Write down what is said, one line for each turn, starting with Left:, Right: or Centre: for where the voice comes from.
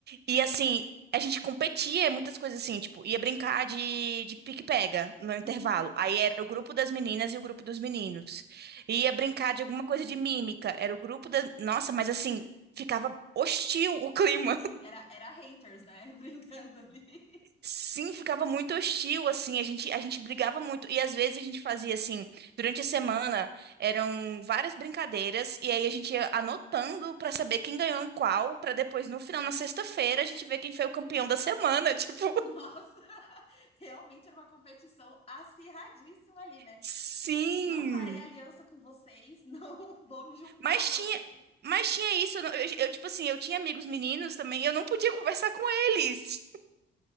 Right: E assim, a gente competia em muitas coisas assim, tipo, ia brincar de, de pique-pega no intervalo.
Left: Uhum.
Right: Aí era o grupo das meninas e o grupo dos meninos. Ia brincar de alguma coisa de mímica, era o grupo da... Nossa, mas assim, ficava hostil o clima.
Left: Sim, era, era haters, né? <laughs> Brincando ali.
Right: <laughs> Sim, ficava muito hostil, assim, a gente, a gente brigava muito. E às vezes a gente fazia assim, durante a semana eram várias brincadeiras, e aí a gente ia anotando pra saber quem ganhou em qual, pra depois, no final, na sexta-feira, a gente ver quem foi o campeão da semana. <laughs> Tipo,
Left: Nossa, <laughs> realmente era uma competição acirradíssima ali, né?
Right: sim.
Left: Não farei aliança com vocês, não <laughs> vou me juntar
Right: Mas
Left: a vocês.
Right: tinha. Mas tinha isso, eu, não- eu, eu, tipo assim, eu tinha amigos meninos também, e eu não podia conversar com eles.